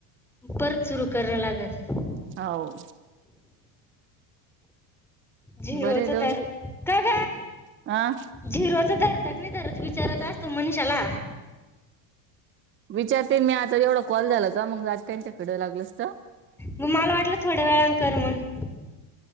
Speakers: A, in the centre; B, on the right.
A: परत सुरू कराव लागल.
B: हाव.
A: झिरोचं
B: बरे जाऊ
A: धर, काग
B: हा
A: झिरोचं धरतात. नाही धरत विचारात असतं मनिषाला.
B: विचारते मी आता एवढा कॉल झाला का, मग जाते त्यांच्याकडे लागलसत.
A: म मला वाटलं थोड्या वेळान कर मग.